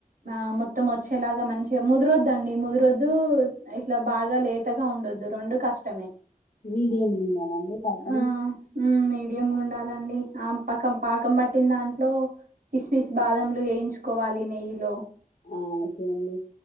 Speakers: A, on the right (about 70°); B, on the left (about 60°).
A: ఆ మొత్తం చ్చే లాగా మంచిగా ముదురొద్దు అండి ముదురొద్దు ఇట్లా బాగా లేతగా ఉండొద్దు రెండు కష్టమే
B: మీడియం ఉండాలండి పాకం
A: ఆ మీడియం గుండాలండి ఆ పకం పాకం పట్టిన్ దాంట్లో కిస్మిస్ బాదంలు ఏయించుకోవాలి నెయ్యి లో
B: ఆ ఓకేనండి